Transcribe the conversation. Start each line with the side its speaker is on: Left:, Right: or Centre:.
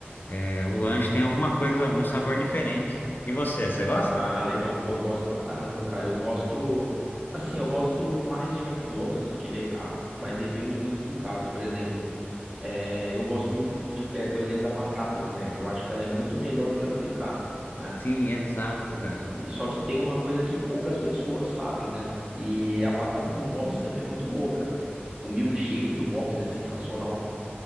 Left: É, o lanche tem alguma coisa, um sabor diferente. E você, você gosta?
Right: ah, legal, pô, eu gosto pra caramba, cara. Eu gosto, assim, eu gosto mais de McDonald's do que BK, mas depende muito do caso. Por exemplo, é, eu gosto muito, do- de, é, por exemplo, da batata do Mac. Eu acho que ela é muito melhor do que a do BK, né?
Left: Sim, exato,
Right: E
Left: cara.
Right: só que tem uma coisa que poucas pessoas sabem, né? E a batata do Bob's também é muito boa, cara. O milkshake do Bob's é sensacional